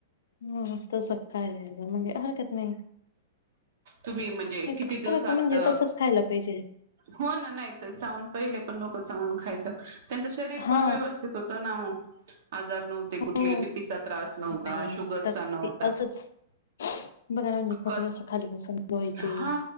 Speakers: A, on the left (about 85°); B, on the right (about 60°).
A: हम्म तसखाय म्हणजे, हरकत नाही.
B: तुम्ही म्हणजे किती
A: खरं
B: दिवसात,
A: तर म्हणजे तसंच खायला पाहिजे
B: हो ना नाहीत चावून पहिले पण लोक चाऊून खायच त्यांचं शरीर
A: हा
B: पण व्यवस्थित होतं ना ओ. <inaudible> आजार नव्हते कुठले
A: हो
B: बीपीचा त्रास नव्हता,
A: नाही
B: शुगरचा
A: तर
B: नव्हता
A: ते असंच बघा ना, म्हणजे कपडे
B: क
A: असं खाली बसून धुवायचे.
B: हा